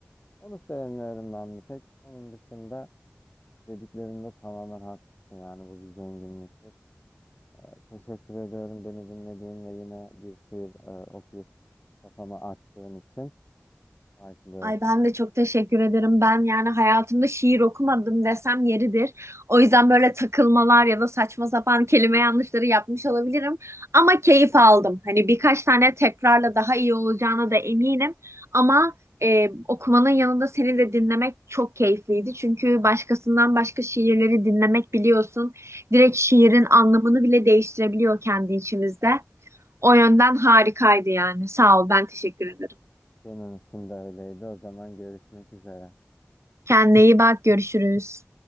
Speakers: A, on the left; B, on the right.
A: Onu sevmiyorum ben bir tek. Onun dışında dediklerinde tamamen haklısın yani bu bir zenginliktir. Teşekkür ediyorum beni dinlediğin ve yine bir şiir e, okuyup kafamı açtığın için. Farklı
B: Ay ben de çok teşekkür ederim. Ben yani hayatımda şiir okumadım desem yeridir. O yüzden böyle takılmalar ya da saçma sapan kelime yanlışları yapmış olabilirim. Ama keyif aldım. Hani birkaç tane tekrarla daha iyi olacağına da eminim. Ama e, okumanın yanında seni de dinlemek çok keyifliydi. Çünkü başkasından başka şiirleri dinlemek biliyorsun. Direkt şiirin anlamını bile değiştirebiliyor kendi içimizde. O yönden harikaydı yani. Sağ ol, ben teşekkür ederim.
A: Benim için de öyleydi. O zaman görüşmek üzere.
B: Kendine iyi bak, görüşürüz.